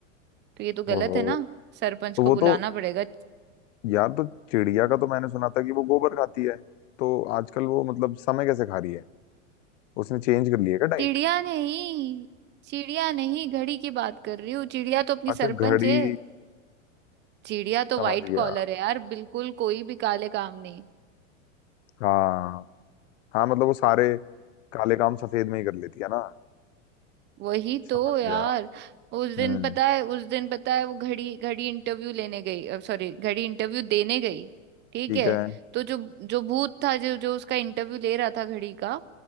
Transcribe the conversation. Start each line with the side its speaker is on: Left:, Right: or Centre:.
Right: तो ये तो गलत
Left: ओहो
Right: है ना सरपंच
Left: तो
Right: को
Left: वो
Right: बुलाना
Left: तो
Right: पड़ेगा
Left: यार तो चिड़िया का तो मैंने सुना था कि वो गोबर खाती है तो आजकल वो मतलब समय कैसे खा रही है उसने चेंज कर लिया क्या
Right: चिड़िया नहीं चिड़िया नहीं घड़ी की बात कर रही हूँ चिड़िया तो अपनी
Left: अच्छा
Right: सरपंच
Left: घड़ी
Right: है चिड़िया तो
Left: समझ
Right: वाइट
Left: गया
Right: कॉलर है यार बिल्कुल कोई भी काले काम नहीं
Left: हाँ हाँ मतलब वो सारे काले काम सफेद में ही कर लेती है ना
Right: वही तो
Left: समझ
Right: यार
Left: गया
Right: उस दिन
Left: हम्म
Right: पता है उस दिन पता है वो घड़ी घड़ी इंटरव्यू लेने गई सॉरी घड़ी इंटरव्यू देने गई ठीक
Left: ठीक
Right: है
Left: है
Right: तो जो जो भूत था जो जो उसका इंटरव्यू ले रहा था घड़ी का